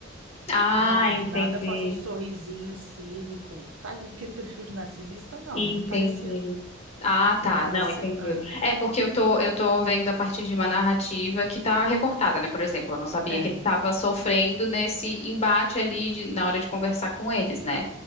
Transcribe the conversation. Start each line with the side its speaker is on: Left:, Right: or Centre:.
Left: Ah,
Right: ah, do
Left: entendi.
Right: nada faz um sorrisinho cínico. Tá, aquele perfil de narcisista? Não,
Left: Entendi.
Right: não me pareceu.
Left: Ah,
Right: Me
Left: tá.
Right: pareceu.
Left: Não, entendi.
Right: aham.
Left: É porque eu tô, eu tô vendo a partir de uma narrativa que tá recortada, né? Por exemplo, eu não sabia
Right: É,
Left: que ele estava sofrendo nesse embate ali de- na hora de conversar com eles, né?